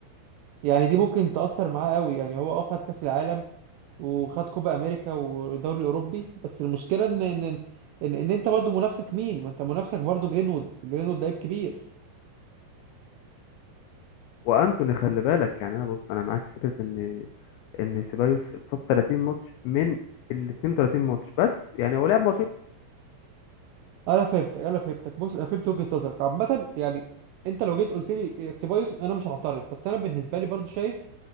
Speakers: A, on the right; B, on the left.
A: يعني دي ممكن تأثر معاه قوي يعني هو اه خد كأس العالم وخد كوبا امريكا ودوري الاوروبي بس المشكله ان ان ان, إن إن انت برضو منافسك مين ما انت منافسك برضو جرينوود جرينوود لعيب كبير
B: وانتوني خلي بالك يعني انا بص انا معاك في فكره ان ان سيبايوس اتصاب 30 ماتش من ال 32 ماتش بس يعني هو لعب ماتش
A: انا فهمتك انا فهمتك بص انا فهمت وجهه نظرك عامه يعني انت لو جيت قلت لي آه، سيبايوس انا مش هعترض بس انا بالنسبه لي برضو شايف